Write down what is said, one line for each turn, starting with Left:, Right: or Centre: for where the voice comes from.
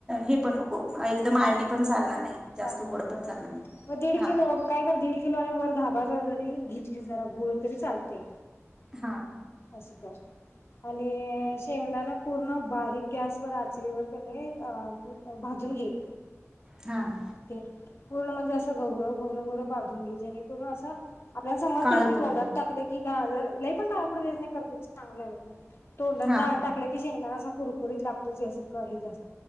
Right: हे पण नक् को एकदम आळणी पण चालणार नाही. जास्त
Left: चालणार
Right: गोड
Left: नाही
Right: पण चालणार
Left: व्हय
Right: नाही
Left: म् दीड
Right: हा
Left: किलो काय कर दीड किलो आणि वर दहा भार जरी घेतली जरा गोळ तरी चालतंय.
Right: हाअ्ं
Left: स अल <inaudible> आणि शेंगदाण पूर्ण बारीक गॅस वर आचरी कणी भाजून घे.
Right: हाअ्ं.
Left: ते पूर्ण म्हणजे असं घवरं घवरं घवरं भाजुन घे जेणेकरून असं- आपल्याला समजतंयच
Right: काळं
Left: की
Right: पडून
Left: तोंडात टाकले की गाजर लई पण काळ पडून द्यायचं नाही, करपूस चांगल लागत नाही. तोंडात
Right: हा
Left: डाळ टाकला, की शेंगदाणा असा कुरकुरीत लागतो जसं का हे जास्